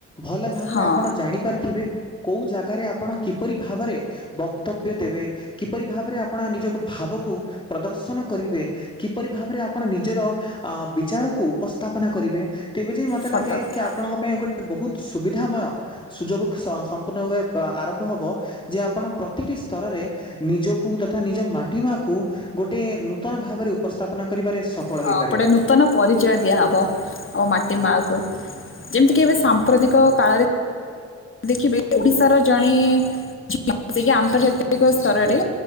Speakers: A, on the left; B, on the left.
A: ଭଲ ଭାବରେ
B: ହଁ
A: ଆପଣ ଜାଣିପାରିଥିବେ କୋଉ ଜାଗାରେ ଆପଣ କିପରି ଭାବରେ ବକ୍ତବ୍ୟ ଦେବେ କିପରି ଭାବରେ ଆପଣ ନିଜକୁ ଭାବକୁ ପ୍ରଦର୍ଶନ କରିବେ କିପରି ଭାବରେ ଆପଣ ନିଜର ବିଚାରକୁ ଉପସ୍ଥାପନା କରିବେ। ତେବେ ଯାଇ ମୋତେ
B: ସତ
A: ଲାଗେ
B: କଥା
A: କି ଆପଣଙ୍କ ପାଇଁ ଗୋଟେ ବହୁତ ସୁବିଧାମୟ ସୁଯୋଗ ସମ୍ପୂର୍ଣ୍ଣ ଭାବେ ତ ଆରମ୍ଭ ହେବ ଯେ ଆପଣ ପ୍ରତିଟି ସ୍ତରରେ ନିଜକୁ ତଥା ନିଜ ମାଟି ମାକୁ ଗୋଟେ ନୂତନ ଭାବରେ ଉପସ୍ ସ୍ଥାପନ କରିବାରେ ସଫଳ
B: ହଁ
A: ହେଇପାରିବା।
B: ଗୋଟେ ନୂତନ ପରିଚୟ ଦିଆହେବ ଆମ ମାଟି ମାଆକୁ। ଏମତି କେବେ ସାମ୍ପ୍ରତିକ କାଳରେ ଦେଖିବେ ଓଡିଶାର ଜଣେ ଟିକେ ଆନ୍ତର୍ଜାତିକ ସ୍ତରରେ